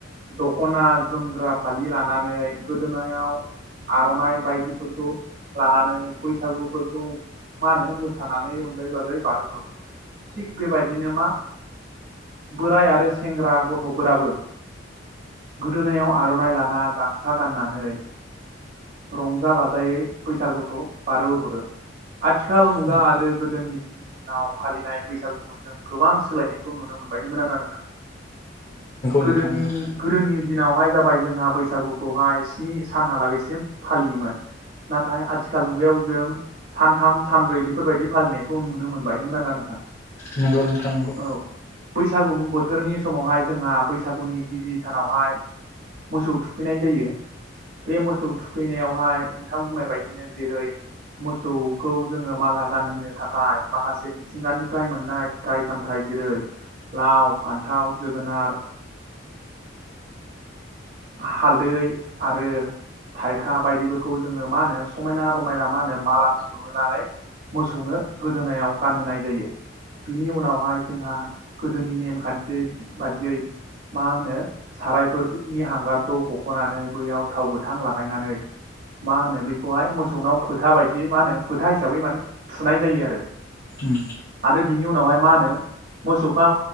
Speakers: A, on the right; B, on the left.
A: दखना जोमग्रा फालि लानानै गोदोनायाव आर'नाइ बायदिफोरखौ लानानै बैसागुफोरखौ मा होनो मोसानानै रंजायै बाजायै बारहोहरो। थिग बेबायदिनो मा बोराय आरो सेंग्रा गथ'फोराबो गोदोनायाव आर'नाइ लाना गामसा गाननानै रंजा बाजायै बैसागुखौ बारहोहरो। आथिखाल
B: नंगौ
A: मुगा आरो गोदोनि दिनाव फालिनाय बैसागुफोरजों गोबां सोलायनायखौ नुनो मोनबाय नंगौना नङा नोंथां? गोदोनि
B: नोंथां नंगौ
A: गोदोनि दिनावहाय जाबाय जोंहा बैसागुखौहाय स्नि सानहालागैसिम फालियोमोन नाथाय आथि खाल मुगायाव जों सानथाम सानब्रै बेफोरबायदि फालिनायखौ नुनो मोनबाय नोंगो ना नोंथां?
B: नोंगौ नोंथां नंगौ।
A: औ बैसागु बोथोरनि समावहाय जोंहा बैसागुनि गिबि सानावहाय मोसौ थुखैनाय जायो बे मोसौ थुखैनायावहाय नोंथां बुंनाय बायदिनो जेरै मो जौखौ जोङो माला गानहोनो थाखाय माखासे मिथिंगानिफ्राय मोननाय फिथाइ सामथाइ जेरै लाव, फान्थाव, जोगोनार, हालदै आरो थाइखा बायदिफोरखौ जोङो मा होनो समायना रमायना मा होनो माला सुहोनानै मोसौनो गोदोनायाव गानहोनाय जायो बिनि उनावहाय जोंहा गोदोनि नेमखान्थियै बादियै मा होनो सारायफोरनि हांगारखौ हख'नानै बैयाव थाव गोथां लागायनानै मा होनो बैखौहाय मोसौनाव फोथा बाय दि मा होनो फोथा हिसाबै माने थुनाय जायो आरो
B: नंगौ
A: आरो बिनि उनावहाय मा होनो मोसौखौ